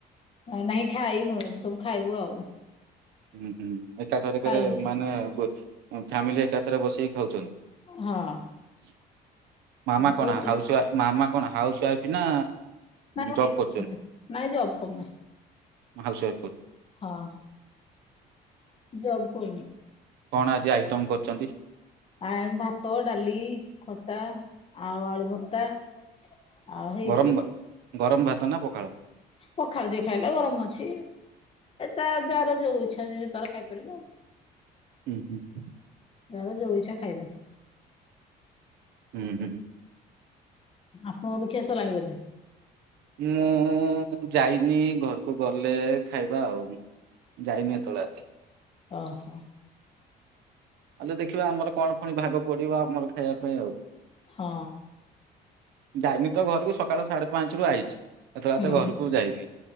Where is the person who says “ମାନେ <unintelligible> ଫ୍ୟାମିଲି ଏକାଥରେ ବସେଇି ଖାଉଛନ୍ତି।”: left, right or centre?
Right